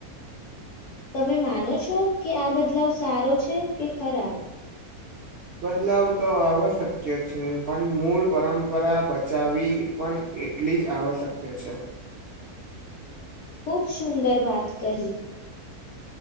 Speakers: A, on the left; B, on the right.
A: તમે માનો છો કે આ બદલાવ સારો છે, કે ખરાબ?
B: બદલાવ તો આવશક્ય છે, પણ મૂળ પરંપરા બચાવવી પણ એટલી જ આવશ્યક્ય છે.
A: ખૂબ સુંદર વાત કહી